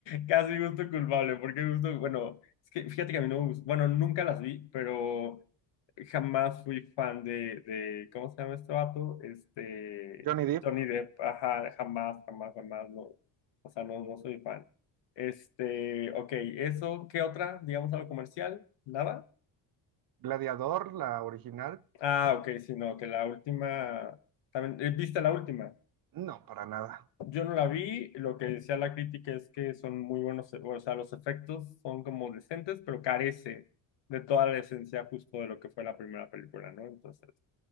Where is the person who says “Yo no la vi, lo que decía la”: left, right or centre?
Left